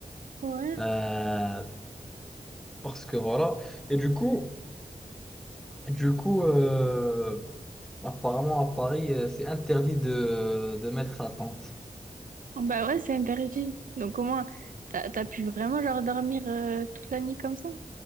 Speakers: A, on the right (about 80°); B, in the centre.
A: Ouais.
B: Euh, parce que voilà. Et du coup, du coup euh, apparemment à Paris, euh, c'est interdit de, de mettre sa tente.
A: Ah Bah ouais, c'est interdit. Donc au moins, t'as, t'as pu vraiment genre dormir euh, toute la nuit comme ça?